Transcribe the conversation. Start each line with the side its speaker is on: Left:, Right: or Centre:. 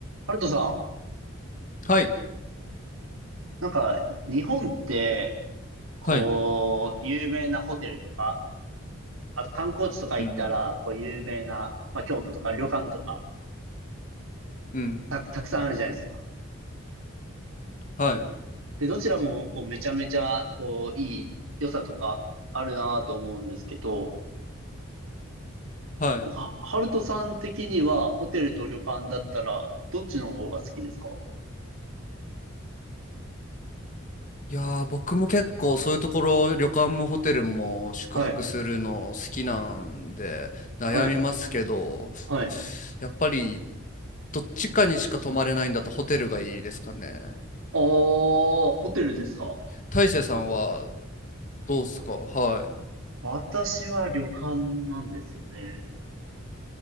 Right: ハルトさん、
Left: はい。
Right: なんか、日本って、こう、
Left: はい。
Right: 有名なホテルとか、あと観光地とか行ったら、
Left: うん。
Right: こう、有名な、まあ、京都とか旅館とか、
Left: うん。
Right: た、たくさんあるじゃないですか。
Left: はい。
Right: で、どちらも、こう、めちゃめちゃ、こう、いい良さとか、あるなと思うんですけど、
Left: はい。
Right: はハルトさん的には、ホテルと旅館だったら、どっちの方が好きですか
Left: いやー、僕も結構そういうところ、旅館もホテルも宿泊するの好きなんで、
Right: はい、
Left: 悩みますけど、
Right: はい、はい。
Left: やっぱりどっちかにしか泊まれないんだったらホテルがいいですかね。
Right: あー、ホテルですか
Left: 大成さんはどうっすかはい。
Right: 私は旅館なんですよね。